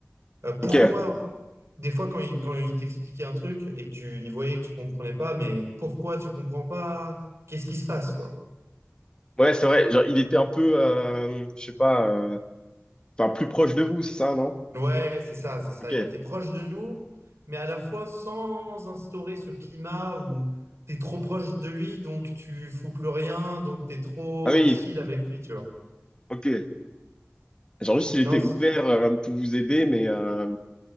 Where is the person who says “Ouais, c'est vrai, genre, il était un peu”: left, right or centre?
Left